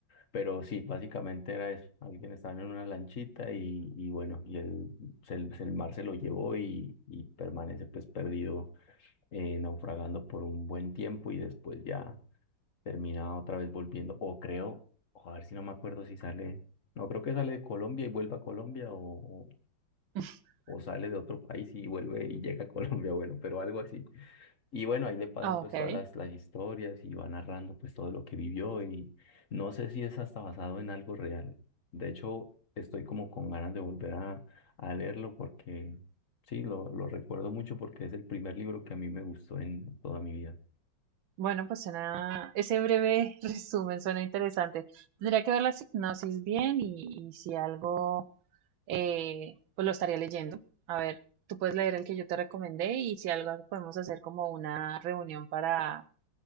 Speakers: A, on the left (about 45°); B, on the right (about 85°).
A: Pero sí, básicamente era eso. Alguien estaba en una lanchita y, y bueno, y el, se- el mar se lo llevó y, y permanece pues perdido eh, naufragando por un buen tiempo y después ya termina otra vez volviendo. O creo, o a ver si no me acuerdo si sale, no creo que sale de Colombia y vuelva a Colombia o, o,
B: <laughs>
A: o sale de otro país y vuelve y llega a Colombia, <laughs> bueno, pero algo así. Y bueno, ahí le pasan
B: Ah,
A: pues
B: ok.
A: todas las, las historias y va narrando pues todo lo que vivió y no sé si es hasta basado en algo real. De hecho, estoy como con ganas de volver a, a leerlo porque... Sí, lo, lo recuerdo mucho porque es el primer libro que a mí me gustó en toda mi vida.
B: Bueno, pues suena, ese breve <laughs> resumen suena interesante. Tendría que ver la sinopsis bien y, y si algo, eh, pues lo estaría leyendo. A ver, tú puedes leer el que yo te recomendé y si algo podemos hacer como una reunión para